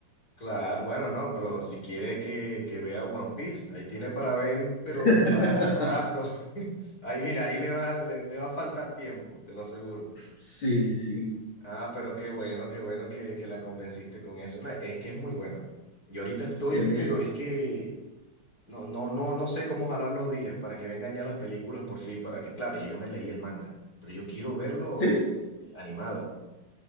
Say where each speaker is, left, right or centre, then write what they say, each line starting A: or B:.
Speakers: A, on the left; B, on the left.
A: Claro, bueno, no, pero si quiere que, que vea One Piece, ahí tiene para ver, pero
B: <laughs>
A: para rato. <laughs> Ahí mira, ahí le va, le, le va a faltar tiempo, te lo aseguro.
B: Sí, sí, sí.
A: Ah, pero qué bueno, qué bueno que, que la convenciste con eso. No, es que es muy bueno. Yo ahorita estoy,
B: Sí, a
A: pero es que No, no, no, no sé cómo jalar los días para que vengan ya las películas por fin, para que, claro, ya yo me leí el manga, pero yo quiero verlo
B: sí,
A: animado.